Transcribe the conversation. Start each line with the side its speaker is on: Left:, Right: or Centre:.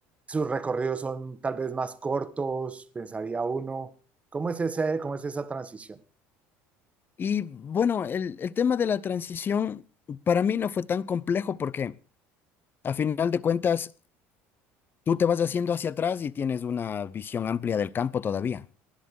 Right: sus recorridos son tal vez más cortos, pensaría uno. ¿Cómo es ese, cómo es esa transición?
Left: y bueno, el, el tema de la transición para mí no fue tan complejo porque a final de cuentas tú te vas haciendo hacia atrás y tienes una visión amplia del campo todavía.